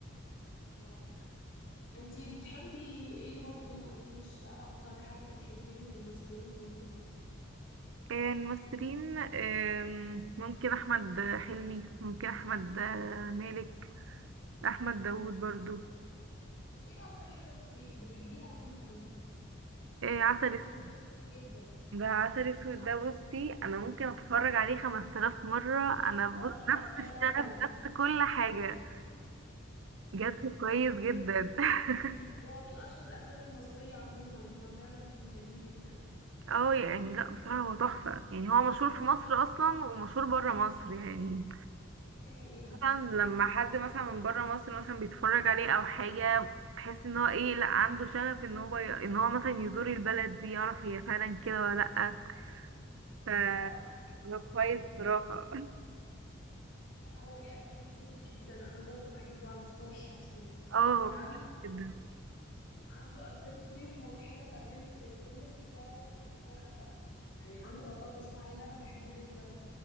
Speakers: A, on the left (about 60°); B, on the right (about 70°).
A: اه انتي بتحبي ايه برضو ما قلتليش اكتر حد بتحبيه من الممثلين عموما
B: الممثلين آم، ممكن احمد حلمي ممكن احمد مالك احمد داوود برضو
A: طب ايه اكتر حاجة بتفي- بتحبيها لأحمد حلمي
B: آه، عسل
A: وعمل
B: أسود.
A: حاجات كتير جدا
B: ده عسل اسود ده بصي انا ممكن اتفرج عليه 5000 مرة انا بص
A: اه عارفاه
B: نفس الشغف
A: طبعا
B: نفس كل حاجة بجد كويس جدا <laughs>
A: هو من اشهر الافلام المصرية عموما هو فعلا جميل جدا
B: اه يعني لا بصراحة هو تحفة يعني هو مشهور في مصر اصلا ومشهور برا مصر يعني
A: دي حقيقة
B: مثلا لما حد مثلا من برا مصر مثلا بيتفرج عليه او حاجة تحس ان هو ايه لا عنده شغف ان هو ي... ان هو مثلا يزور البلد دي يعرف هي فعلا كده ولا لا ف
A: اه
B: هو كويس بصراحة
A: لا هو ليه افلام كتير جدا انا برضو بحبه على المستوى الشخصي
B: <laughs> اه
A: آه
B: هو
A: عنده
B: كويس جدا
A: عنده افلام كتير مضحكة كمان في الكوميدي بتاعه تحفة يعني عنده مطب صناعي ده انا بحبه جدا